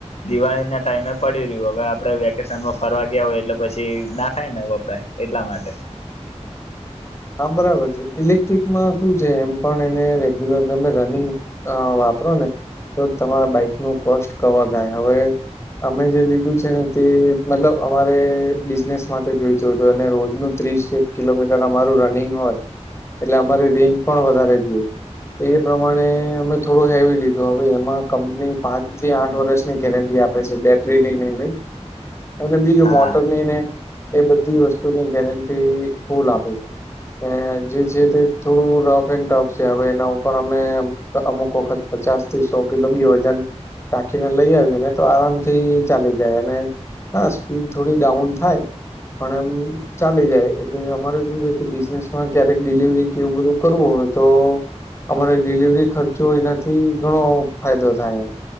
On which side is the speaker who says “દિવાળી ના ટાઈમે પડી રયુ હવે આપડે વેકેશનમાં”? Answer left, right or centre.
Left